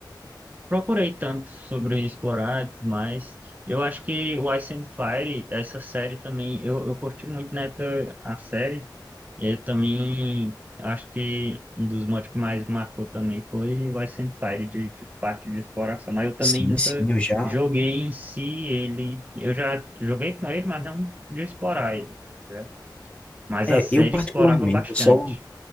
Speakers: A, on the right (about 20°); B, on the left (about 15°).
A: procurei tanto sobre explorar e tudo mais. Eu acho que o Ice and Fire, essa série também, eu, eu curti muito na época a série. E aí também acho que um dos motivos que mais marcou também foi o Ice and Fire de, de parte de exploração. Mas eu também
B: Sim,
A: nunca
B: sim, eu já.
A: joguei em si ele. Eu já joguei com ele, mas não de explorar ele. né? Mas
B: É,
A: a série
B: eu particularmente,
A: explorava bastante.
B: eu só.